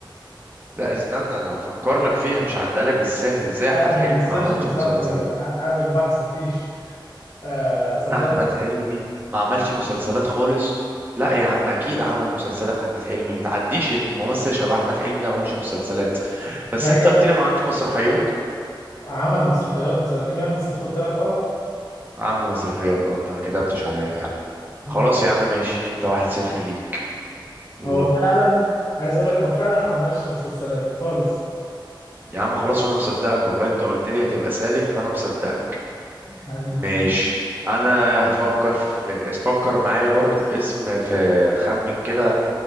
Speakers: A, on the right (about 25°); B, on the left (about 45°).
A: لا استنى انا هفكر لك فيها مش هعدلك بالساهل ازاي احمد
B: اعمل
A: حلمي
B: سيرش
A: ما عملش
B: يا صاحبي
A: مسلسلات
B: اعمل بحث مفيش آه صدقني
A: احمد حلمي ما عملش مسلسلات خالص لا يا عم اكيد عمل مسلسلات احمد حلمي ما تعديش ان الممثل شبه احمد حلمي ده ما عملش مسلسلات
B: تخيل
A: بس انت قلت لي ما عملش مسرحيات
B: عمل مسرحيات انت سألتني بيعمل مسرحيات قلت لك اه
A: عامل مسرحيات اه انت ما كتبتش عليا فعلا
B: مم.
A: خلاص يا عم ماشي انت واحد صفر ليك الله
B: هو فعلا عايز اقول لك هو فعلا ما عملش مسلسلات خالص
A: يا عم خلاص وانا مصدقك والله انت قلت لي هتبقى سالك فانا مصدقك
B: حبيبي
A: ماشي انا هفكر في, في فكر معايا برضو في اسم في خمن كده